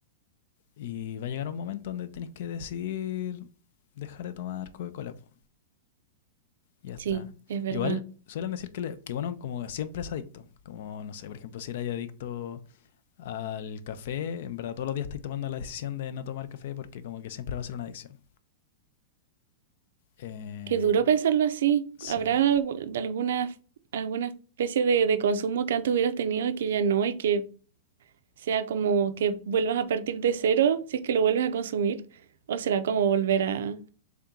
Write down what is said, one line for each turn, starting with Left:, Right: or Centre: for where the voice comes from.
Left: Y va a llegar un momento donde tenéis que decidir dejar de tomar Coca-Cola. po, Ya está.
Right: Sí, es verdad.
Left: Igual suelen decir que, le- que bueno, como siempre es adicto. Como, no sé, por ejemplo, si erais adicto al café, en verdad todos los días estoy tomando la decisión de no tomar café porque como que siempre va a ser una adicción. Eh,
Right: Qué duro pensarlo así.
Left: sí.
Right: ¿Habrá algu- alguna, alguna especie de, de consumo que antes hubieras tenido y que ya no y que sea como que vuelvas a partir de cero si es que lo vuelves a consumir? ¿O será como volver a,